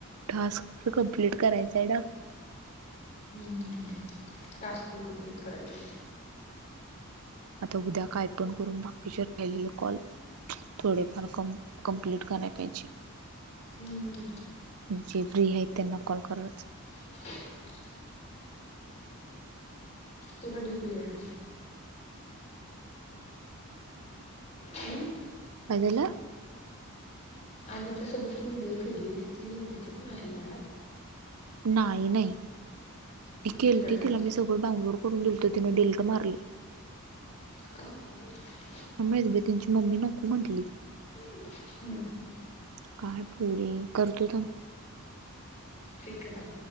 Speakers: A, on the right; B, on the left.
A: टास्क पण कप्लीट करायचाय ना.
B: हम. टास्क पण कप्लीट करायचेत.
A: आता उद्या काय पण करून बाकीच्या. राहिलेलं कॉल, थोडेफार कम कम्पलीट करायला पाहिजे.
B: हम्म.
A: जे फ्री आहेत, त्यांना कॉल करायचं.
B: <unintelligible> तु कधी फ्री आहे. हम्म
A: काय झालं
B: आधीच्या सोबत तु व्हिडिओ केली ती तिथंच नाही येणार
A: नाही नाही ती
B: तुझ्याकडं
A: केलती तिला मी सगळं डाउनलोड करून दिलत तिनें डेल्ट मारल.
B: हं
A: काय माहित त्यांची मम्मी नको म्हंटली.
B: ह हम्म
A: काय पोरी करतो थांब.
B: ठीक आहे लाव.